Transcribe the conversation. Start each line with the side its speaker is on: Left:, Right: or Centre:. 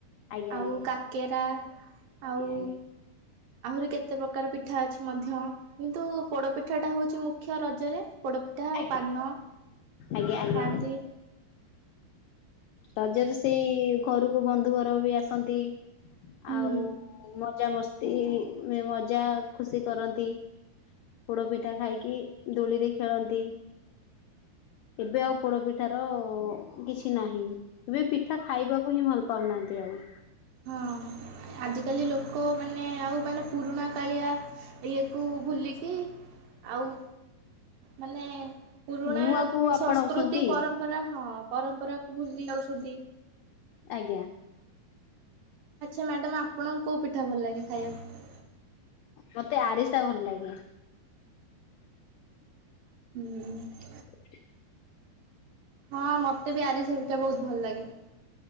Left: ଆଜ୍ଞା ଆଜ୍ଞା
Right: ଆଉ
Left: ଆଜ୍ଞା
Right: କାକେରା। ଆଉ
Left: ଆଜ୍ଞା
Right: ଆହୁରି କେତେ ପ୍ରକାର ପି ପିଠା ଅଛି ମଧ୍ୟ କିନ୍ତୁ ପୋଡ ପିଠାଟା ହୋଉଚି ମୁଖ୍ୟ ରଜରେ। ପୋଡ଼ପିଠା
Left: ଆଜ୍ଞା।
Right: ଆଉ ପାନ।
Left: ଆଜ୍ଞା ଆଜ୍ଞା।
Right: ଖାଆନ୍ତି
Left: ରଜରେ ସେଇ ଘରୁକୁ ବନ୍ଧୁ ଘର ବି ଆସନ୍ତି।
Right: ହୁଁ
Left: ଆଉ ମଜାମସ୍ତି ମଜାଖୁସି କରନ୍ତି। ପୋଡ ପିଠା ଖାଇକି ଦୋଳିରେ ଖେଳନ୍ତି। ଏବେ ଆଉ ପୋଡପିଠାର କିଛି ନାହିଁ ଏବେ ପିଠା ଖାଇବାକୁ ହିଁ ଭଲ ପାଉନାହାନ୍ତି ଆଉ। <inaudible>
Right: ହଁ ଆଜିକାଲି ଲୋକମାନେ ଆଉ ମାନେ ପୁରୁଣା କାଳିଆ ଇଏକୁ ଭୁଲିକି ଆଉ ମାନେ ପୁରୁଣା
Left: ନୂଆକୁ ଆପଣାଉଛନ୍ତି
Right: ସଂସ୍କୃତି ପରମ୍ପରା ହଁ ପରମ୍ପରାକୁୁ ଭୁଲି ଯାଉଛନ୍ତି।
Left: ଆଜ୍ଞା।
Right: ଆଚ୍ଛା ମ୍ୟାଡ଼ମ୍ ଆପଣଙ୍କୁ କୋଉ ପିଠା ଭଲଲାଗେ ଖାଇବାକୁ?
Left: ମତେ ଆରିସା ଭଲଲାଗେ।
Right: ହୁଁ।
Left: <inaudible>
Right: ହଁ ମତେ ବି ଆରିସା ପିଠା ବହୁତ ଭଲଲାଗେ।